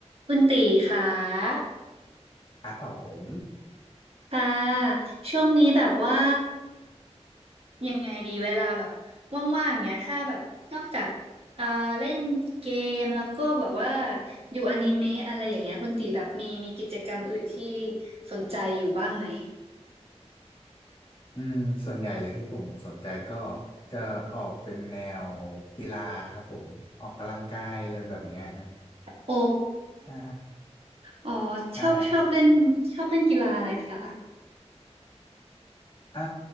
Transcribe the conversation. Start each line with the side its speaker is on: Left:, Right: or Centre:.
Right: คุณตีค่ะ
Left: ครับผม
Right: ค่ะช่วงนี้แบบว่ายังไงดีเวลาแบบว่างๆเนี้ยถ้าแบบนอกจากเอ่อเล่นเกมแล้วก็แบบว่าดูอนิเมะอะไรอย่างเงี้ยคุณตีแบบมีมีกิจกรรมอื่นที่สนใจอยู่บ้างไหม
Left: อืมส่วนใหญ่เลยที่ผมสนใจก็จะออกเป็นแนวกีฬาครับผมออกกำลังกายอะไรแบบเนี้ยฮะ
Right: โอ้
Left: ใช่
Right: อ๋อชอบชอบเล่นชอบเล่นกีฬาอะไรคะ
Left: ใช่อ่า